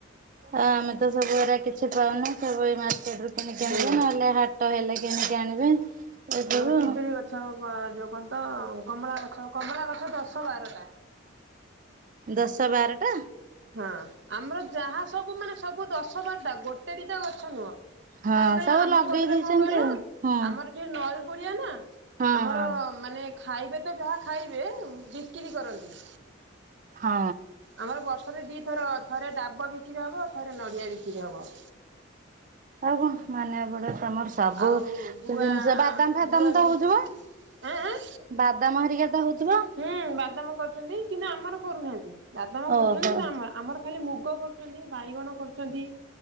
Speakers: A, on the right (about 40°); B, on the right (about 60°).
A: ଆ ଆମେ ତ ସବୁ ଏରା କିଛି ପାଉନୁ ସବୁ ଏଇ ମାର୍କେଟ ରୁ କିଣିକି
B: ହୁଁ
A: ଆଣିବେ, ନହେଲେ ହାଟ ହେଲେ କିଣିକି ଆଣିବେ ଏସବୁ।
B: ଆମର ପିଜୁଳି ଗଛ ଯଉ କନ୍ତ କମଳା ଗଛ କମଳା ଗଛ ଦଶ ବାରଟା।
A: ଦଶ ବାରଟା।
B: ହଁ ଆମର ଯାହା ସବୁ ମାନେ ସବୁ ଦଶ ବାର ଟା ଗୋଟେ ଦିଟା ଗଛ ନୁହଁ।
A: ହଁ
B: କାଇହିଁ କହିଲ
A: ସବୁ
B: ଆମ
A: ଲଗେଇ
B: ପଟରେ
A: ଦେଇଛନ୍ତି
B: କଣ କହିଲ
A: ଆଉ ହଁ
B: ଆମର ସେ ନଈ କୁଳଆ ନା
A: ହଁ
B: ଆମର
A: ହଁ
B: ମାନେ ଖାଇବେ ତ ଯାହା ଖାଇବେ, ବିକିରି କରନ୍ତି।
A: ହଁ।
B: ଆମର ବର୍ଷରେ ଦିଥର ଥରେ ଡାବ ବିକ୍ରି ହବ, ଥରେ ନଡିଆ ବିକ୍ରି ହବ।
A: ଆଉ କଣ ମାନିଆକୁ ପଡ଼ିବ ତମର ସବୁ
B: ଆଉ ଗୁଆ
A: ଜିନିଷ, ବାଦାମ ଫାଦାମ
B: ଗୁଆ ବି
A: ତ ହଉଥିବ?
B: ଆଁ ଆଁ
A: ବାଦାମହେରିକା ତ ହଉଥିବ?
B: ହୁଁ ବାଦାମ କରୁଛନ୍ତି, କି ନା ଆମର କରୁନାହାନ୍ତି, ବାଦାମ
A: ଓହୋ
B: କରୁଛନ୍ତି କି ନା ଆମ ଆମର ଖାଲି ମୁଗ କରୁଛନ୍ତି, ବାଇଗଣ କରୁଛନ୍ତି,